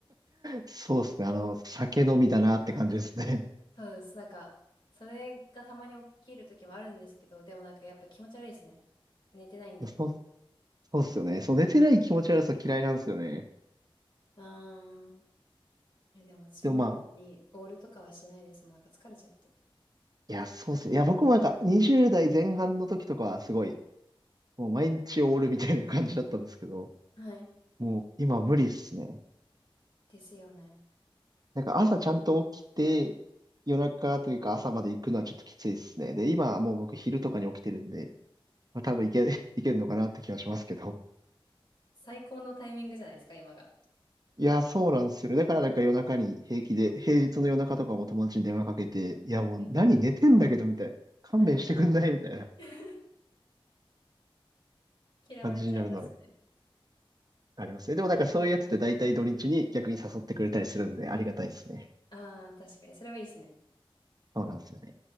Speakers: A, on the right (about 45°); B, on the left (about 55°).
A: そうですね。あの、酒飲みだなって感じですね。
B: そうです。なんか、それがたまに起きる時もあるんですけど、でもなんかやっぱ気持ち悪いですね。寝てないんで。
A: いや、そう、そうっすよね。そう、寝てない気持ち悪さ嫌いなんですよね。
B: うーん。いやでも私もめったにオールとかはしないですもん。
A: でもまあ、
B: なんか疲れちゃって。
A: いや、そうっすねいや、僕もなんか20代前半の時とかはすごい、もう毎日オールみたいな感じだったんですけど、
B: はい。
A: もう今無理っすね。
B: ですよね。
A: なんか朝ちゃんと起きて、夜中というか朝まで行くのはちょっときついですね。で、今はもう僕昼とかに起きてるんで、まあ多分いけ、<laughs> いけるのかなって気はしますけど。
B: 最高のタイミングじゃないですか、今が。
A: いや、そうなんですよ。だからなんか夜中に平気で、平日の夜中とかも友達に電話かけて、いやもう何寝てんだけどみたいな。
B: はい。
A: 勘弁してくんないみたいな
B: はいはい。<laughs> 嫌われちゃいますね。
A: 感じになるのはありますね。でもなんかそういうやつって大体土日に逆に誘ってくれたりするんでありがたいですね。
B: ああ、確かに。それはいいですね。
A: そうなんですよね。